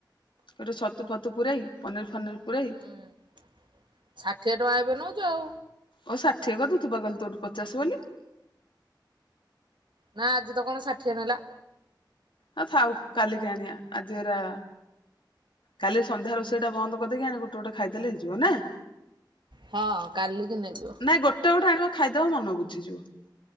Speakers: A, on the left (about 80°); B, on the right (about 70°).
A: ଏଟା ସତୁ ଫତୁ ପୁରାଇ ପନରି ଫନରି ପୁରାଇ।
B: ହୁଁ। ଷାଠିଏ ଟଙ୍କା ଏବେ ନେଉଚୁ ଆଉ।
A: ଓ ଷାଠିଏ କଦୁଥିବା ବା କଲେ ତୋଁଠୁ ପଚଶ ବୋଲି।
B: ନାଁ ଆଜି ତ କଣ ଷାଠିଏ ନେଲା।
A: ହଁ ଥାଉ କାଲିକା ଆଣିବା ଆଜି ଏରା। କାଲି ସନ୍ଧ୍ୟା ରୋଷେଇ ଟା ବନ୍ଦ କରିଦେଇକି ଆଣି ଗୋଟେ ଗୋଟେ ଖାଇଦେଲେ ହେଇଯିବ ନାଁ।
B: ହଁ କାଲିକି ନେଇଯିବ।
A: ନାଇଁ ଗୋଟେ ଗୋଟେ ଆଗଣିବ ଖାଇଦବ ମନ ବୁଝିଯିବ।